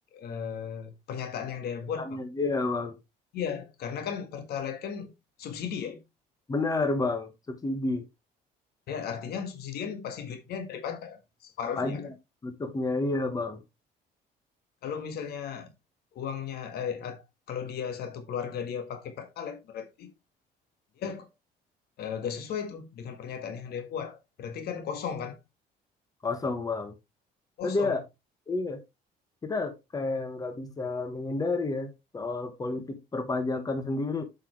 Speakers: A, on the left (about 70°); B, on the left (about 20°).
A: eee, pernyataan yang dia
B: Tekannya
A: buat, Bang.
B: dia bang.
A: Iya, karena kan Pertalite kan subsidi ya,
B: Benar bang, subsidi
A: ya artinya subsidi kan pasti duitnya dari pajak kan, separuhnya
B: pajak
A: kan.
B: tutupnya iya bang,
A: Kalau misalnya uangnya, eee, at kalau dia satu keluarga dia pakai Pertalite berarti dia, eee, nggak sesuai tuh dengan pernyataan yang dia buat. Berarti kan kosong kan?
B: kosong bang.
A: Kosong.
B: Tadi ya, Iya. kita kayak nggak bisa menghindari ya soal politik perpajakan sendiri.